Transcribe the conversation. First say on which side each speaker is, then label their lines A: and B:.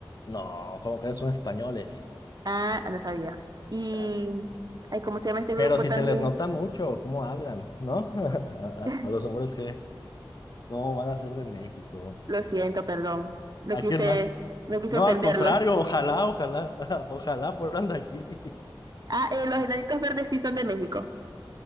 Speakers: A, on the left (about 50°); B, on the right (about 50°).
A: No, como que son españoles.
B: Ah, no sabía. Y,
A: Ah,
B: ay, ¿cómo se llama este grupo
A: Pero si
B: también?
A: te les nota mucho cómo hablan, ¿no? <laughs>
B: <laughs>
A: A los hombres que, ¿cómo van a ser de México?
B: Lo siento, perdón. No quise,
A: ¿A quién más?
B: no quise
A: No,
B: ofenderlos.
A: al contrario, ojalá, ojalá, <laughs> ojalá fueran de aquí.
B: Ah, eh, los enanitos verdes sí son de México.